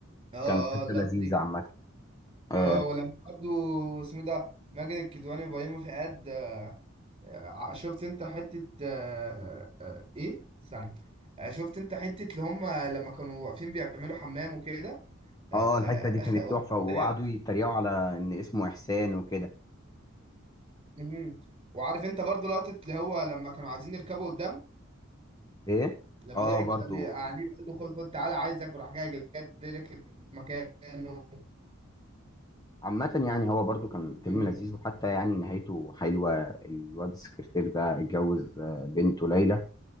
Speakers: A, on the right (about 25°); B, on the left (about 20°).
A: اه
B: كان حته
A: اه اللقطه
B: لذيذه
A: دي
B: عامه اه
A: اه ولما برضه اسمه إيه ده ماجد الكدواني وبيومي فؤاد آه، ع- شفت انت حتة آه، آه، ايه ثانية آه، شفت انت حتة اللي هم لما كانوا واقفين بيعملوا حمام وكده آه،
B: آه، الحته دي كانت
A: <laughs> واحد
B: تحفه وقعدوا
A: سريع.
B: يتريقوا على ان اسمه احسان وكده
A: مم. وعارف انت برضو لقطة اللي هو لما كانوا عايزين يركبوا قدام
B: ايه
A: لما
B: اه
A: ضحك
B: برضو
A: قال لي عليه وقال له خد خد تعالى عايزك وراح جاي جاي راكب مكانه
B: عامة يعني هو برضو كان فيلم
A: مم.
B: لذيذ وحتى يعني نهايته حلوة الواد السكرتير ده اتجوز آه، بنته ليلى